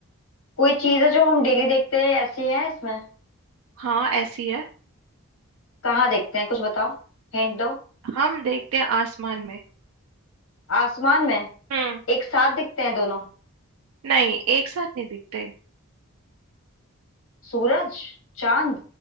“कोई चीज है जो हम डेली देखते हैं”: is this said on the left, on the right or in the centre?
Left